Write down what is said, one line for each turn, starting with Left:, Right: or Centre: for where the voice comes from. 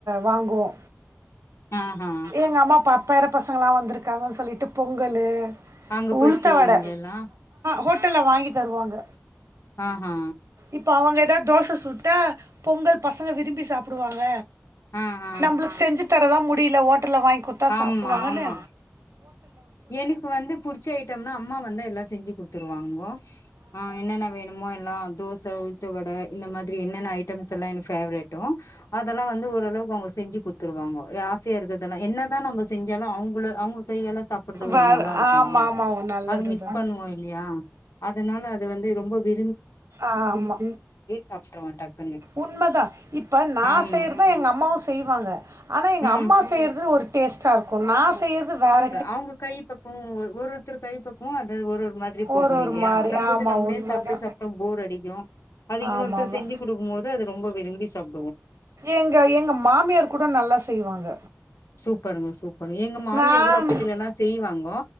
Right: வாங்குவோ
Left: ஆ ஹா
Right: எங்க அம்மா ப பேர பசங்கள்லா வந்துருக்காங்கன்னு சொல்லீட்டு பொங்கலு
Left: அங்க போயிட்டு
Right: உளுத்த
Left: செய்வீங்களா
Right: வட
Left: எல்லா
Right: ஹோட்டல்ல வாங்கி தருவாங்க
Left: ஆ ஹா
Right: இப்போ அவங்க எதாது தோச சுட்டா பொங்கல் பசங்க விரும்பி சாப்புடுவாங்க
Left: ஆ ஆ
Right: நம்பளுக்கு செஞ்சுட் தர தா முடியல ஓட் ட்டல்ல வாங்கி குடுத்தா
Left: ஆமா
Right: சாப்டு வாங்கன்னு
Left: ஆமா எனக்கு வந்து புடுச்ச ஐட்டம்னா அம்மா வந்து எல்லா செஞ்சு குடுத்துருவாங்கோ ஆ என்னென்ன வேணுமோ எல்லா தோஸ் ச உள்ந்த வட இந்த மாதிரி என்னென்ன ஐட்டம்ஸ் எல்லா எனக்கு ஃபேவரட்டும் அதெல்லா வந்து ஓரளவுக்கு அவுங்க செஞ்சு குடுத்துருவாங்க ஆசையா இருக்குறதெல்லா என்னதா நம்ம சுத் செஞ்சாலு அவுங்கள அவுங்க கையால்ல சாப்ட்றது
Right: வர-
Left: ஒரு நல்லா இருக்கு
Right: ஆமா
Left: இல்லையா
Right: ஆமா நல்லது
Left: அது மிஸ்
Right: தான்
Left: பண்ணுவோ இல்லையா அதனால அது வந்து ரொம்ப வீ
Right: ஆம்மா
Left: சாப்ட்ருவோ டக்குன்னு
Right: உண்மைதா இப்ப நா
Left: ஆமா
Right: செய்றது எங்க அம்மாவு செய்வாங்க ஆனா எங்க
Left: ம்
Right: அம்மா செய்றது ஒரு டேஸ்டா இருக்கும் நா செய்றது வேற
Left: அவுங்க கை பக்குவோ ஒரு ஒருத்தர் கை பக்குவோ அது தர் ஒரு ஒரு மாதிரி போகு
Right: ஒரு ஒரு
Left: இல்லையா
Right: மாரி
Left: நம்மள்து
Right: ஆமா
Left: நம்மே
Right: உண்மதா
Left: சாப்ட்டு சாப்ட்டோம் ஃபோர் அடிக்கு அது இன்னொருத்தர்
Right: ஆமா ஆமா
Left: செஞ்சு குடுக்கு போது அது ரொம்ப வித் விரும்பி சாப்
Right: எங்க எங்க மாமியார் கூட நல்லா செய்வாங்க
Left: சூப்பருங்க சூப்பர் எங்க மாமியார்
Right: நான்
Left: கூட அப்பத்திலல்லா செய்வாங்கோ